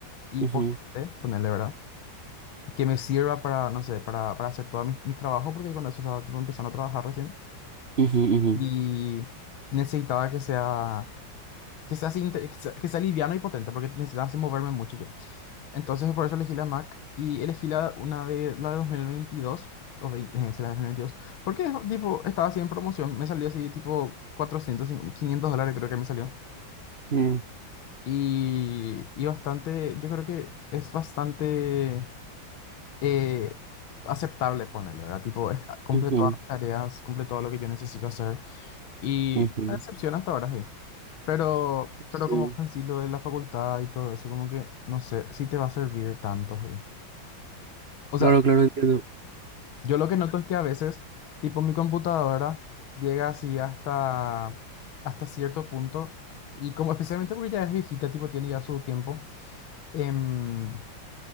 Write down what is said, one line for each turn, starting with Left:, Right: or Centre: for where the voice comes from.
Left: y
Right: Ujú,
Left: potente, ponerle, ¿verdad? Que me sirva para, no sé, para, para hacer todos mis, mis trabajos, porque con eso estaba tipo empezando a trabajar recién.
Right: ujú, ujú,
Left: Y necesitaba que sea, que sea así, inte- que sea, que sea liviano y potente, porque necesitaba así moverme mucho yo. Entonces por eso elegí la Mac y elegí la, una de la de 2022, o 20, eh, sí, la de 2022, porque tipo estaba así en promoción, me salió así tipo 400, 500 dólares creo que me salió.
Right: mm,
Left: Y, y bastante, yo creo que es bastante eh, aceptable ponerle, ¿verdad? Tipo, es- ah, cumple
Right: ujú,
Left: todas mis tareas, cumple todo lo que yo necesito hacer. Y
Right: ujú.
Left: una decepción hasta ahora, sí. Pero,
Right: Sí.
Left: pero como vos decís, lo de la facultad y todo eso, como que no sé si te va a servir tanto, sí. O sea,
Right: Claro, claro, entiendo.
Left: Yo lo que noto es que a veces, tipo mi computadora llega así hasta, hasta cierto punto y como especialmente porque ya es viejita, tipo tiene ya su tiempo, em,